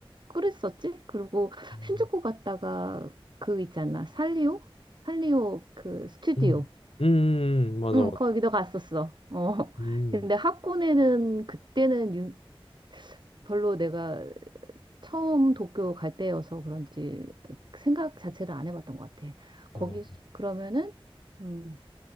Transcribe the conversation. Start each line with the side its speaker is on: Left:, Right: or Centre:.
Right: 그랬었지? 그리고
Left: 음.
Right: 신주쿠 갔다가 그 있잖아. 살리오? 살리오 그 스튜디오.
Left: 음, 음, 맞아,
Right: 응,
Left: 맞아.
Right: 거기도 갔었어. 어.
Left: 음.
Right: <laughs> 근데 하코네는 그때는 유- 별로 내가 처음 도쿄 갈 때여서 그런지 생각 자체를 안 해봤던 것 같아. 거기
Left: 어.
Right: 그러면은 음,